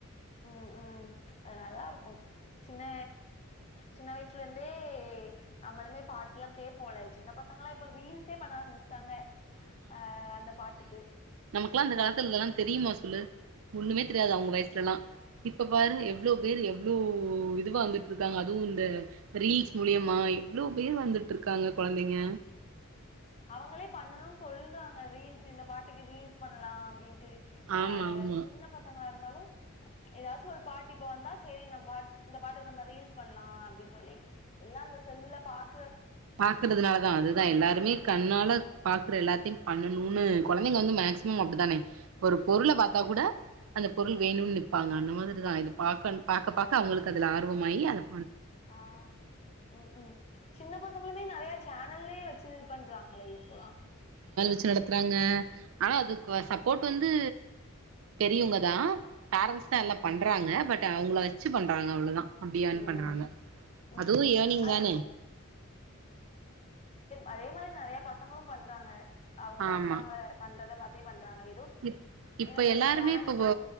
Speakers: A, on the left; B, on the right.
A: உம் உம் அது நல்லா இருக்கூ சின்ன சின்ன வயசுலருந்தே நம்மளுமே பாட்டு எல்லாம் கேட்போல சின்ன பசங்களல்லாம் இப்ப ரீல்ஸே பண்ண ஆரம்பிச் தங்க ஆ அந்த பாட்டுக்கு
B: கிலா அந்த காலத்துல இதெல்லா தெரியுமா சொல்லு ஒண்ணுமே தெரியாது அவங்க
A: ஆ.
B: வயசுலல்லா இப்ப பாரு எவ்ளோ பேரு எவ்ளோ இதுவா வந்துட் ருக்காங்க அதுவு இந்த ரீல்ஸ் மூலியமா எவ்வளோ பேர் வந்துட்டு ருக்காங்க கொழந்தைங்க
A: அவங்களே பண்ணணுனு சொல்றாங்க ரீல்ஸ் இந்த பாட்டுக்கு ரீல்ஸ் பண்லா அப்டின்ட்டு
B: ஆமா
A: ஆ,
B: ஆமா
A: சின்ன பசங்களா இருந்தாலு ம்ச் ஏதாச்சு ஒரு பாட்டு இப்ப வந்தா செரி நம்ம பாட் இந்த பாட்டு நம்ம ரீல்ஸ் பண்ணலா அப்டின் சொல்லி எல்லா இந்த செல்லுல பாக்
B: பாக்குறதுனால தா அதுதா எல்லாருமே
A: சொல்றாங்க
B: கண்ணால பாக்குற எல்லாத்தையு பண்ணணும்ணு குழந்தைங்க வந்து மேஸிமம் அப்டித்தானே ஒரு பொருள பாத்தா கூட அந்த பொருள் வேணும்னு நிப்பாங்க அந்த மாதிரிதா இது பாக் பாக்க பாக்க அவங்களுக்கு அதுல ஆர்வாம்மாயி அத்
A: ஆ ம் ம் சின்ன பசங்களுமே நெறையா சேனல்லேயே வச்சு பண்றாங்களே இப்பொலா
B: ச்சி நடத்துறாங்க ஆனா அதுக்கு சப்போர்ட் வந்து பெரியவங்கதா பேரண்ட்ஸ் தா
A: ஆமா
B: எல்லா
A: ஆமா
B: பண்றாங்க பட் ட்ட அவங்கள வச்சு பண்றாங்க அவ்ளோதா அப்டியான்
A: ம்
B: பண்றாங்க அதுவும்
A: ம்
B: ஏர்னிங்தான
A: அத அதேமாதிரி நெறைய பசங்களும் பண்றாங்க அவங்க
B: ஆமா
A: பண்றாங்க பண்றதபாத் <unintelligible> <unintelligible> ஏதோ
B: இப் இப்ப
A: என்ன சொல்றது
B: எல்லாருமே
A: டான்சோ
B: இப்போ